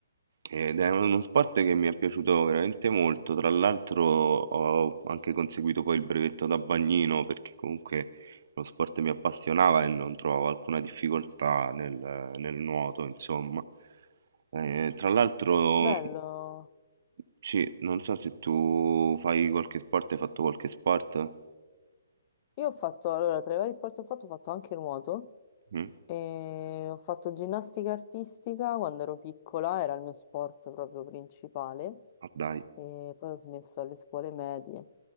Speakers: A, on the right (about 60°); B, on the left (about 35°).
A: ed è uno sport che mi è piaciuto veramente molto, tra l'altro ho anche conseguito poi il brevetto da bagnino perché comunque lo sport mi appassionava e non trovavo alcuna difficoltà nel, nel nuoto, insomma. Eh, tra l'altro,
B: Bello.
A: sì, non so se tu fai qualche sport, hai fatto qualche sport?
B: Io ho fatto, allora, tra i vari sport che ho fatto, ho fatto anche nuoto
A: Mm?
B: e ho fatto ginnastica artistica quando ero piccola, era il mio sport proprio principale
A: Ma dai,
B: e poi ho smesso alle scuole medie.